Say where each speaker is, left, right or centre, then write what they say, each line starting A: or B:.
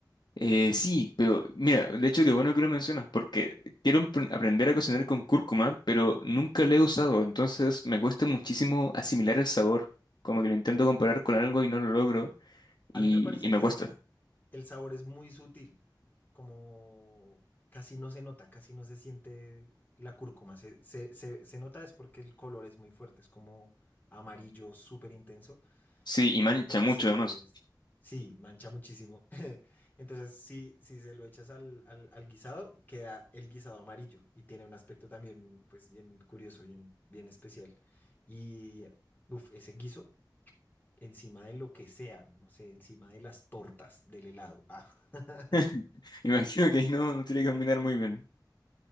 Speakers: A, on the left; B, on the left.
A: Eh, sí, pero mira, de hecho que bueno que lo mencionas, porque quiero emp- aprender a cocinar con cúrcuma, pero nunca la he usado, entonces me cuesta muchísimo asimilar el sabor, como que lo intento comparar con algo y no lo logro, y,
B: A mí me parece
A: y me
B: que
A: cuesta.
B: es, el sabor es muy sutil, como casi no se nota, casi no se siente la cúrcuma. Se, se, se, se nota es porque el color es muy fuerte, es como amarillo súper intenso.
A: Sí, y mancha
B: Entonces,
A: mucho además.
B: sí, mancha muchísimo. <laughs> Entonces, si, si se lo echas al, al, al guisado, queda el guisado amarillo y tiene un aspecto también, pues, bien curioso, bien, bien especial. Y, uff, ese guiso encima de lo que sea, no sé, encima de las tortas, del helado. Ah, <laughs>
A: <laughs> Imagino que ahí no, no tiene que combinar muy bien.